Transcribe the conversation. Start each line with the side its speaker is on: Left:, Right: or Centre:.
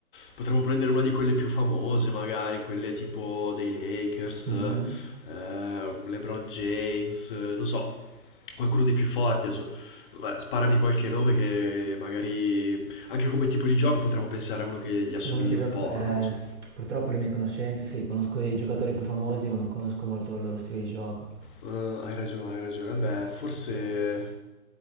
Left: potremmo prendere una di quelle più famose, magari, quelle tipo dei Lakers,
Right: Mhm.
Left: eh, LeBron James, eh, non so, qualcuno dei più forti adesso. Beh, sparami qualche nome che magari anche come tipo di gioco potremmo pensare a uno che gli assomigli
Right: Uno che
Left: un
Right: gioco...
Left: po',
Right: eh,
Left: non lo so.
Right: purtroppo le mie conoscenze, sì, conosco i giocatori più famosi, ma non conosco molto il loro stile di gioco.
Left: Eh, hai ragione, hai ragione. Vabbè, forse,